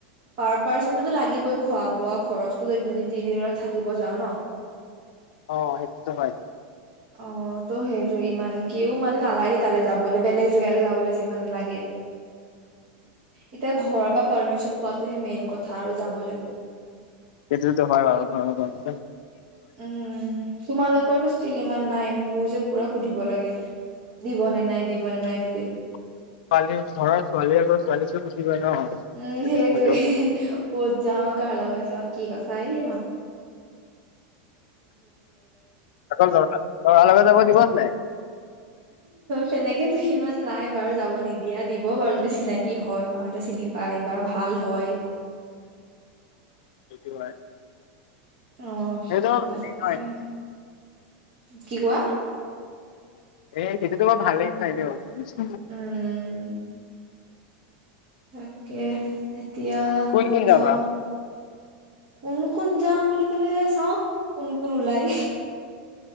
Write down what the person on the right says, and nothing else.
পাৰ পাৰ্চনটোতো লাগিবই খোৱা বোৱা খৰচটো দুদিন তিনিদিনত থাকিব যাওঁ ন।
অ ত' সেইটো ইমান কও মানে নালাগে তালৈ যাবলৈ বেলেগ জেগালৈ যাবলৈ যিমান লাগে এতিয়া ঘৰৰ পৰা পাৰ্মিশন পোৱাত। মেইন কথা আৰু যাবলে।
উম তোমালোকৰতো ষ্টিল ইমান নাই মোৰ। মোৰ যে পুৰা সুধিব লাগে দিব নে নাই দিব নে নাই বুলি।
উম সেই
তে পত যওঁ কাল লগত। কি কথা এই ম।
চেনেকে তুহিম <unintelligible> ইমান নাই বাৰু যাব নিদিয়া দিব বাৰু যদি চিনাকি হয় মাহতে চিনি পায় বা ভাল হয় <unintelligible>
আহ
তাকে
কি কোৱা
উম তাকে তেতিয়া
কত
যাওঁ
কোন কোন যাম বুলি ক'লে চাওক কোন কোন ওলাই